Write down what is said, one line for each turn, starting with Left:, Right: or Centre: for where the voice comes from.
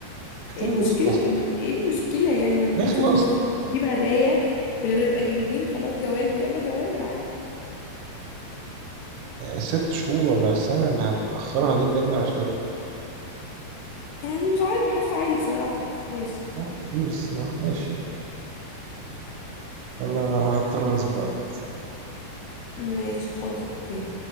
Right: محتاجين
Left: ايه المشكله
Right: نخلص
Left: طب ما ايه المشكله يعني ما نتبسط
Right: نخلص
Left: ونخرج ونجيب هدايا ولما نبقى جاهزين خلاص جواز يلا جواز عادي
Right: ست شهور ولا السنة اللي هنأخرها دي بجد ملهاش لازمة
Left: يعني مش عارفه حاسه عادي بصراحه بس ماشي
Right: لا كتير الصراحة ماشي أوكي. يلا أنا هضطر أنزل بقى دلوقتي
Left: ماشي خلاص اوكي